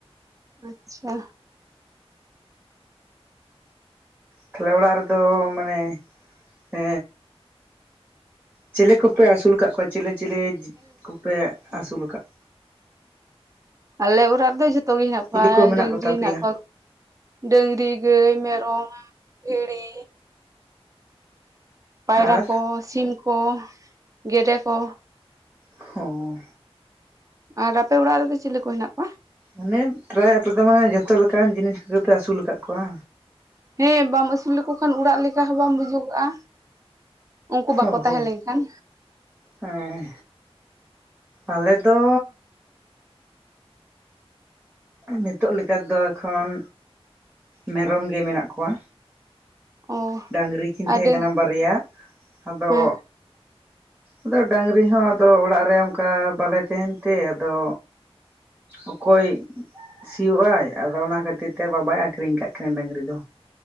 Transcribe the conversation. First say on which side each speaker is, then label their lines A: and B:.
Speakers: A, on the right; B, on the right.
A: ᱟᱪᱪᱷᱟ᱾
B: ᱛᱟᱦᱞᱮ ᱚᱲᱟᱜ ᱨᱮᱫᱚ ᱢᱟᱱᱮ ᱮ ᱪᱤᱞᱮ ᱠᱚᱯᱮ ᱟᱹᱥᱩᱞ ᱠᱟᱜ ᱠᱚᱣᱟ ᱪᱤᱞᱮ ᱪᱤᱞᱮ ᱡᱤᱵ ᱠᱚᱯᱮ ᱟᱹᱥᱩᱞ ᱠᱟᱜ ᱠᱚᱣᱟ?
A: ᱟᱞᱮ ᱚᱲᱟᱜ ᱨᱮᱫᱚ ᱡᱚᱛᱚ ᱜᱮ ᱦᱮᱱᱟᱜ ᱠᱚᱣᱟ
B: ᱪᱤᱞᱤ ᱠᱚ ᱢᱮᱱᱟᱜ
A: ᱰᱟᱹᱝᱨᱤ
B: ᱠᱚᱛᱟ
A: ᱦᱮᱱᱟᱜ
B: ᱯᱮᱭᱟ
A: ᱠᱚᱣᱟ ᱰᱟᱹᱝᱨᱤ, ᱜᱟᱹᱭ, ᱢᱮᱨᱚᱢ, ᱵᱷᱮᱲᱤ ᱯᱟᱭᱨᱟ
B: ᱟᱨ
A: ᱠᱚ, ᱥᱤᱢ ᱠᱚ, ᱜᱮᱰᱮ ᱠᱚ,
B: ᱦᱸ᱾
A: ᱟᱨ ᱟᱯᱮ ᱚᱲᱟᱜ ᱨᱮᱫᱚ ᱪᱤᱞᱤ ᱠᱚ ᱦᱮᱱᱟᱜ ᱠᱚᱣᱟ?
B: ᱢᱟᱱᱮ ᱯᱮᱨᱟᱭ ᱟᱯᱮᱫᱚ ᱢᱟᱱᱮ ᱡᱷᱚᱛᱚ ᱞᱮᱠᱟᱱ ᱡᱤᱱᱤᱥ ᱠᱚᱜᱮᱯᱮ ᱟᱹᱥᱩᱞ ᱠᱟᱜ ᱠᱚᱣᱟ᱾
A: ᱦᱮᱸ ᱵᱟᱢ ᱟᱹᱥᱩᱞ ᱞᱮᱠᱚ ᱠᱷᱟᱱ ᱚᱲᱟᱜ ᱞᱮᱠᱟ ᱦᱚᱸ ᱵᱟᱢ ᱵᱩᱡᱚᱜᱚᱜᱼᱟ᱾ ᱩᱝᱠᱩ ᱵᱟᱠᱚ
B: ᱚ
A: ᱛᱟᱦᱮᱸ
B: ᱦᱚᱸ
A: ᱞᱮᱝᱠᱷᱟᱱ᱾
B: ᱦᱮᱸ ᱟᱞᱮᱫᱚ ᱱᱮᱛᱳᱜ ᱞᱮᱠᱟ ᱫᱚ ᱮᱠᱷᱚᱱ ᱢᱮᱨᱚᱢ ᱜᱮ ᱢᱮᱱᱟᱜ ᱠᱚᱣᱟ᱾
A: ᱚ
B: ᱰᱟᱝᱨᱤ ᱠᱤᱱ
A: ᱟᱹᱰᱤ
B: ᱛᱮᱦᱮᱸ ᱠᱟᱱᱟ ᱵᱟᱨᱭᱟ ᱟᱫᱚ
A: ᱦᱮᱸ
B: ᱟᱫᱚ ᱰᱟᱹᱝᱨᱤ ᱦᱚᱸ ᱟᱫᱚ ᱚᱲᱟᱜ ᱨᱮ ᱚᱝᱠᱟ ᱵᱟᱞᱮ ᱛᱮᱦᱮᱱ ᱛᱮ ᱟᱫᱚ ᱚᱠᱚᱭ ᱥᱤᱭᱳᱜ ᱟᱭ ᱟᱫᱚ ᱚᱱᱟ ᱠᱷᱟᱹᱛᱤᱨ ᱛᱮ ᱵᱟᱵᱟᱭ ᱟᱠᱷᱨᱤᱧ ᱠᱟᱜ ᱠᱤᱱᱟ ᱰᱟᱹᱝᱨᱤ ᱫᱚ᱾